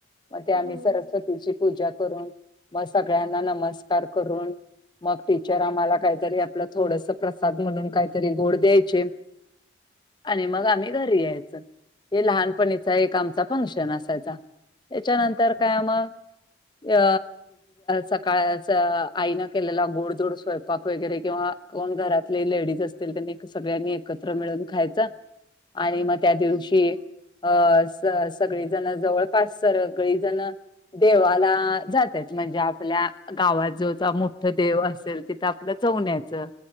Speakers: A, on the left (about 25°); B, on the left (about 45°).
A: मग ते
B: हा
A: आम्ही सरस्वतीची
B: हा
A: पूजा करून मग, सगळ्यांना नमस्कार करून, मग टीचर आम्हाला काहीतरी आपलं, थोडस प्रसाद म्हणून काहीतरी गोड द्यायचे. आणि मग
B: हा
A: आम्ही
B: हा
A: घरी यायच. हे लहानपणीचा एक आमचा
B: अच्छा
A: फंक्शन असायचा, हेच्यानंतर काय मग? अ सकाळच आईनं केलेला गोड थोड स्वयंपाक वगैरे किंवा घरातले लेडीज असतील त्यांनी सगळ्यांनी एकत्र मिळून खायचा. आणि म त्या दिवशी
B: अच्छा
A: अ स सगळीजण जवळपास सगळी जणं देवाला जातात म्हणजे आपल्या गावात जो मोठ देव अस असेल तिथं आपलं जाऊन यायचं